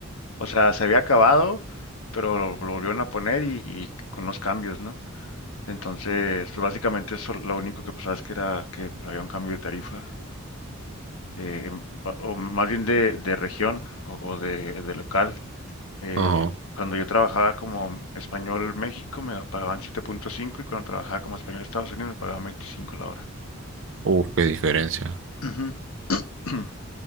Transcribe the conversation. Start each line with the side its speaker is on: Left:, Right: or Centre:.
Left: O sea, se había acabado, pero lo, lo volvieron a poner y, y con los cambios, ¿no? Entonces, pues básicamente eso, lo único que pasaba es que era que había un cambio de tarifa, eh, em, ba- o más bien de, de región o, o de, de local. Eh,
Right: Ajá.
Left: cuando yo trabajaba como español México me pagaban 7.5 y cuando trabajaba como español Estados Unidos me pagaban 25 la hora.
Right: Uf, qué diferencia.
Left: Ujú. <clears throat>